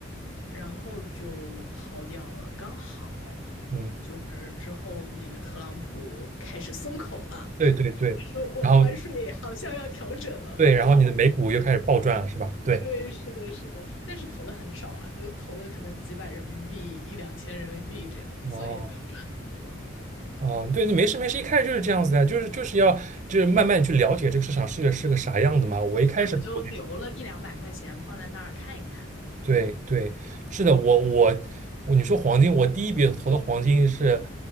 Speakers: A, on the left; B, on the right.
A: 然后就抛掉了。刚好
B: 嗯，
A: 就是之后那个特朗普开始松口了，
B: 对对对，
A: <laughs> 说我关税好像要调整了。
B: 然后对，
A: 然后，
B: 然后你的美股又开始暴赚了，是吧？对，
A: 对，是的，是的，但是投的很少啊，就投的可能几百人民币、一两千人民币这样，所以也没有赚很多。
B: 哦，
A: 对，
B: 啊，对，没事没事，一开始就是这样子的，就是就是要就是慢慢去了解这个市场是个是个啥样的嘛。我一开始投的
A: 对，我就留了一两百块钱放在那儿看一看。
B: 对对，是的，我我我，你说黄金，我第一笔投的黄金是